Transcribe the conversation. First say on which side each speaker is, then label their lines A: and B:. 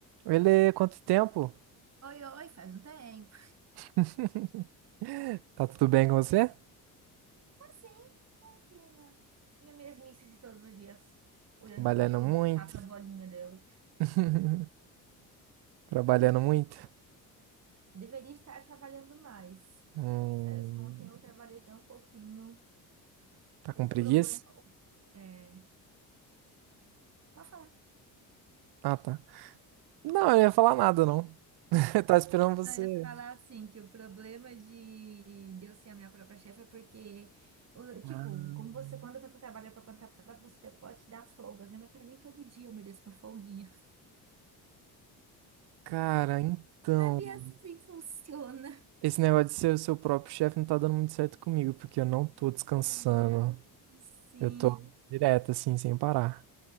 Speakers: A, on the right; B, on the right.
A: Ele, quanto tempo?
B: Oi, oi, faz um tempo.
A: <laughs> Tá tudo bem com você?
B: Assim, tô aqui na minha mesmice de todos os dias, olhando
A: Trabalhando
B: meu cachorro
A: muito?
B: brincar com a bolinha dela.
A: <laughs> Trabalhando muito?
B: Deveria estar trabalhando mais.
A: Hum,
B: Confesso, ontem eu trabalhei tão pouquinho.
A: tá
B: O
A: com preguiça?
B: problema é. Pode falar.
A: Ah, tá. Não, eu não ia falar nada, não. <laughs> Eu tava esperando você.
B: Ah, Eu ia falar assim, que o problema de, de eu ser a minha própria chefe é porque, o- tipo,
A: Ah,
B: como você, quando você trabalha para conta própria, você pode se dar as folgas, né? Mas para mim, todo dia eu mereço uma folguinha.
A: cara, então.
B: Sabia assim que funciona.
A: Esse negócio de ser o seu próprio chefe não tá dando muito certo comigo, porque eu não tô descansando.
B: Ai, Deus. Sim.
A: Eu tô direto, assim, sem parar.